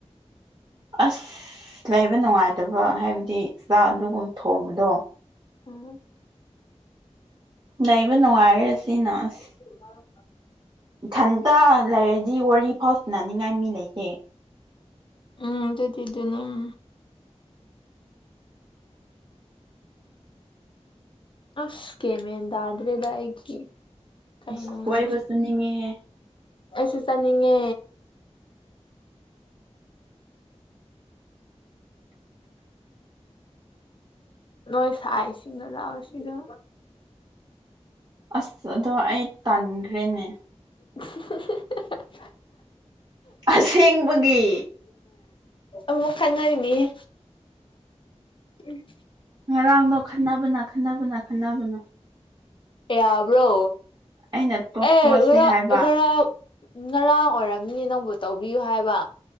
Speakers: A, on the right; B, on the left.
A: ꯑꯁ ꯂꯩꯕ ꯅꯨꯡꯉꯥꯏꯇꯕ ꯍꯥꯏꯕꯗꯤ ꯆꯥꯛ ꯑꯗꯨꯒꯨꯝ ꯊꯣꯡꯕꯗꯣ
B: ꯎꯝ
A: ꯂꯩꯕ ꯅꯨꯡꯉꯥꯏꯔ ꯁꯤꯅ ꯑꯁ
B: <inaudible>
A: ꯏꯊꯟꯇ ꯂꯩꯔꯗꯤ ꯋꯥꯔꯤ ꯐꯥꯎ ꯁꯅꯅꯤꯡꯉꯥꯏ ꯃꯤ ꯂꯩꯇꯦ
B: ꯎꯝ ꯑꯗꯨꯗꯤꯗꯨꯅꯦ ꯎꯝ ꯑꯁ ꯒꯦꯃꯦꯟ ꯇꯥꯗ꯭ꯔꯦꯗ ꯑꯩꯒꯤ ꯀꯩꯅꯣꯁꯦ
A: ꯑꯁ ꯀꯣꯏꯕ ꯆꯠꯅꯤꯡꯉꯦꯍꯦ
B: ꯑꯩꯁꯨ ꯆꯥꯅꯤꯡꯉꯦ ꯅꯣꯏ ꯁꯥꯥꯏꯁꯤꯡꯒ ꯂꯥꯛꯑꯣꯁꯤꯗ
A: ꯑꯁ ꯑꯗꯣ ꯑꯩ ꯇꯥꯟꯈ꯭ꯔꯦꯅꯦ
B: <unintelligible>
A: ꯑꯁꯦꯡꯕꯒꯤ
B: ꯑꯃꯨꯛ ꯈꯠꯅꯔꯤꯃꯤꯍꯦ ꯎꯝ
A: ꯉꯔꯥꯡꯗꯣ ꯈꯟꯅꯕꯅ ꯈꯟꯅꯕꯅ ꯈꯟꯅꯕꯅ
B: ꯌꯥꯕ꯭ꯔꯣ
A: ꯑꯩꯅ ꯇꯣꯛꯊꯣꯛꯑꯁꯦ
B: ꯑꯦ ꯉꯔꯥ
A: ꯍꯥꯏꯕ
B: ꯉꯔꯥꯡ ꯉꯔꯥꯡ ꯑꯣꯏꯔꯝꯅꯤ ꯅꯪꯕꯨ ꯇꯧꯕꯤꯌꯨ ꯍꯥꯏꯕ